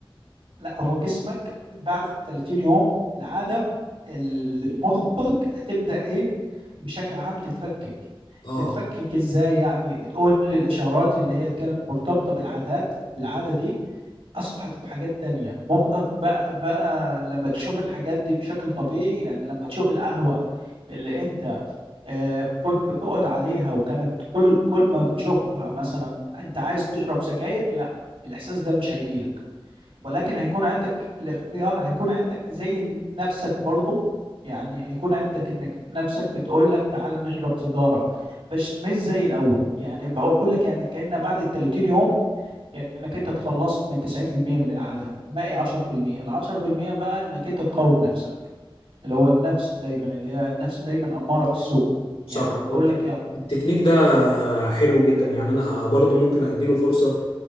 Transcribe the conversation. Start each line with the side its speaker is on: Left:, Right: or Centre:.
Right: لا هو جسمك بعد 30 يوم العادة اللي في مخك هتبدأ ايه بشكل عام تتفكك
Left: اه
Right: تتفكك ازاي يعني تقول لي الاشارات اللي هي اللي كانت مرتبطة بالعادات بالعادة دي اصبحت بحاجات تانية مخك بقى بقى لما تشوف الحاجات دي بشكل طبيعي يعني لما تشوف القهوة اللي انت آه، كنت بتقعد عليها وكانت كل كل ما بتشوفها مثلا انت عايز تشرب سجاير لا الاحساس ده مش هيجيلك ولكن هيكون عندك الاختيار هيكون عندك زي نفسك برضو يعني هيكون عندك انك نفسك بتقول لك تعالى نشرب سيجارة بس مش زي الاول يعني بقول لك يعني كأن بعد ال 30 يوم يعني انك انت اتخلصت من 90% من العاده باقي 10% ال 10% بقى انك انت تقاوم نفسك اللي هو النفس دايما اللي هي النفس دايما اماره بالسوء
Left: صح
Right: يعني بتقول
Left: هو التك-
Right: لك يلا
Left: التكنيك ده حلو جدا يعني انا برضو ممكن اديله فرصة